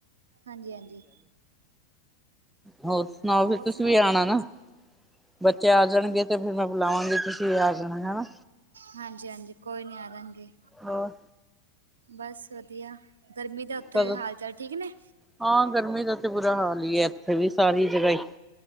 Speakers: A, on the right; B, in the centre.
A: ਹਾਂਜੀ ਹਾਂਜੀ।
B: ਹੋਰ ਸੁਣਾਓ,
A: ਹੋਰ
B: ਫਿਰ ਤੁਸੀਂ
A: ਸੁਣਾਓ
B: ਵੀ ਆਣਾ ਨਾ? ਬੱਚੇ ਆ ਜਾਣਗੇ ਤੇ ਫਿਰ ਮੈਂ ਬੁਲਾਵਾਂਗੀ, ਤੁਸੀਂ ਆ ਜਾਣਾ ਹਨਾ।
A: ਹਾਂਜੀ-ਹਾਂਜੀ ਕੋਈ ਨੀ ਆਜਾਗੇ
B: ਹੋਰ
A: ਬਸ ਵਧੀਆ, ਗਰਮੀ ਦਾ ਉੱਥੇ
B: ਕਦੋਂ
A: ਹਾਲ ਚਾਲ ਠੀਕ ਨੇ?
B: ਹਾਂ ਗਰਮੀ ਦਾ ਤੇ ਬੁਰਾ ਹਾਲ ਹੀ ਐ ਇੱਥੇ ਵੀ ਸਾਰੀ ਜਗ੍ਹਾ ਹੀ।